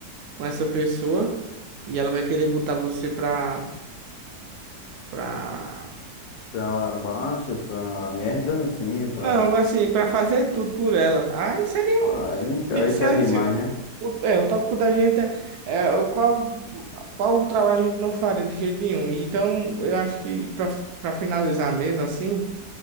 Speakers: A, on the right (about 70°); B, on the left (about 80°).
A: com essa pessoa e ela vai querer botar você pra, pra...
B: Pra baixa, pra merda, assim, pra.
A: Não, assim, pra fazer tudo por ela. Aí seria
B: Aí,
A: um...
B: não-
A: Se,
B: aí
A: se,
B: pede
A: a- se-
B: mais, né?
A: o, é, o tópico da gente é, é o qual, qual o trabalho a gente não faria de jeito nenhum. Então, eu acho que pra, pra finalizar mesmo, assim...